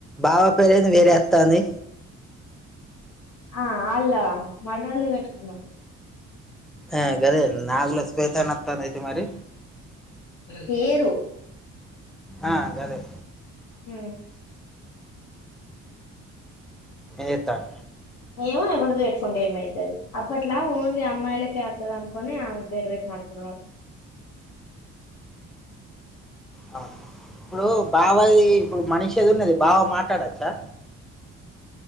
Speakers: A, in the centre; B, on the left (about 75°).
A: బావ పేరు ఏంది వేరే వస్తాంది
B: ఆ అళ్లా <unintelligible> పెట్టుకున్నాడు
A: ఆ గదే నాగుల స్్వేతన వస్తంది అయితే మరి
B: పేరు
A: ఆ గదే
B: హ
A: ఏత
B: ఏమో ఎవడ పెట్టుకుంటే ఏమైతుది అప్పట్లా ఓన్లీ అమ్మాయిలకే వస్తది అనుకొని ఆమె పేరు పెట్టీ నట్టు ఉన్నాడు
A: అవును ఇప్పుడు బావది ఇప్పుడు మనిషిది ఉన్నది బావో మాట్లాడచ్చా